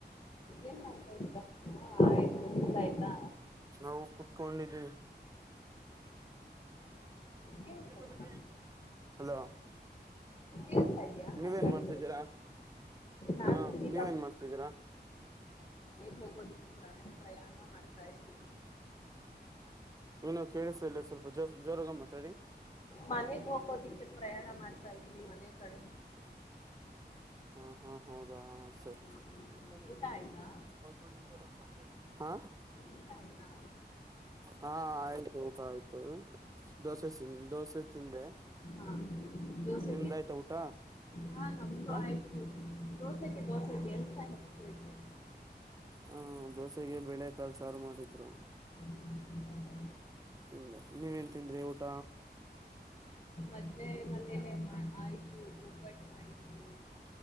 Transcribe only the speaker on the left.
ಏನ್ ಮಾಡ್ತಾಹ <inaudible> ಆಯ್ತು ನಿಮ್ದಾಯ್ತಾ
ಕೇಳಿಸ್ತಾ
ಇಲ್ವಾ
ಕೇಳಿಸ್ತಾ ಇದೆಯಾ
ಮಾತಾಡ್ತಿರೋದು
ನಾನು
ಈಗ
ಹೋಗದು ಪ್ರಯಾಣ ಮಾಡ್ ತಾ ಇದ್ದೀನಿ
ಮನೆಗ್ ಹೋಗೋದಿಕ್ಕೆ ಪ್ರಯಾಣ ಮಾಡ್ತಾ ಇದ್ದೀನಿ ಮನೆ ಕಡೆ
ಹಾ
ಊಟ
ಆಯ್ತಾ
ಊಟ ಆಯ್ತಾ
ಹಾ ದೋಸೆಗೆ
ಹಾ ನಮ್ದು
ಆಯ್ತು ದೋಸೆೆಗೆ ದೋಸೆ ಇದೆ ಎಂತ ಹೇಳ್ತ ಇರ್ತದೆ
ಹೌದಾ
ಅ <inaudible> ಮನೆಯಲ್ಲ ಆಯ್ತ ಒಬಟ್ಟ ಮಾಡಿದ್ರು